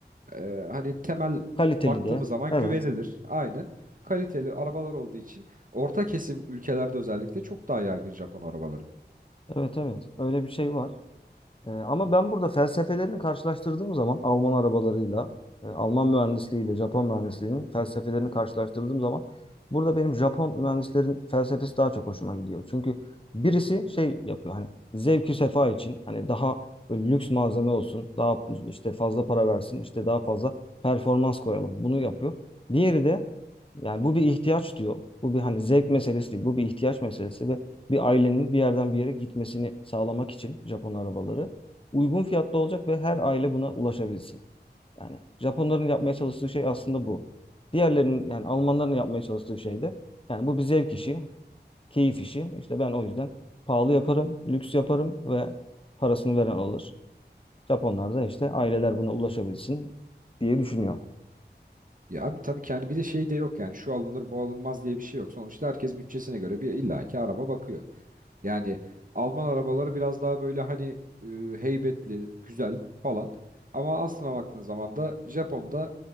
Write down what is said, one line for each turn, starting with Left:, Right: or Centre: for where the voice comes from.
Right: E, hani temel
Left: Kaliteli
Right: baktığımız
Left: de.
Right: zaman
Left: Evet.
Right: güvenilir. Aynen. Kaliteli arabalar olduğu için orta kesim ülkelerde özellikle çok daha yaygın Japon arabaları.
Left: Evet evet. Öyle bir şey var. Ee, ama ben burada felsefelerini karşılaştırdığım zaman Alman arabalarıyla, e, Alman mühendisliğiyle Japon mühendisliğinin felsefelerini karşılaştırdığım zaman burada benim Japon mühendislerin felsefesi daha çok hoşuma gidiyor. Çünkü birisi şey yapıyor hani zevki sefa için hani daha böyle lüks malzeme olsun, daha işte fazla para versin, işte daha fazla performans koyalım. Bunu yapıyor. Diğeri de yani bu bir ihtiyaç diyor. Bu bir hani zevk meselesi değil. Bu bir ihtiyaç meselesi ve bir ailenin bir yerden bir yere gitmesini sağlamak için Japon arabaları uygun fiyatta olacak ve her aile buna ulaşabilsin. Yani Japonların yapmaya çalıştığı şey aslında bu. Diğerlerinin yani Almanların yapmaya çalıştığı şey de yani bu bir zevk işi, keyif işi. İşte ben o yüzden pahalı yaparım, lüks yaparım ve parasını veren alır. Japonlar da işte aileler buna ulaşabilsin diye düşünüyor.
Right: Ya abi tabii ki hani bir de şey de yok yani şu alınır bu alınmaz diye bir şey yok. Sonuçta herkes bütçesine göre bir illaki araba bakıyor. Yani Alman arabaları biraz daha böyle hani e, heybetli, güzel falan. Ama aslına baktığın zaman da Japon'da